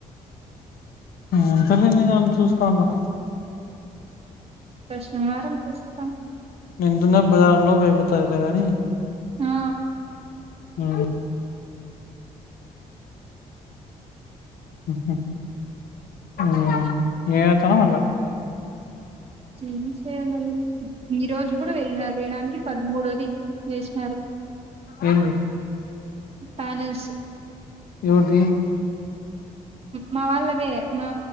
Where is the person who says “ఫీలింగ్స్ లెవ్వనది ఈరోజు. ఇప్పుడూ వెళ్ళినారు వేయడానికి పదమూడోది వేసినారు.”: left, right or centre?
Right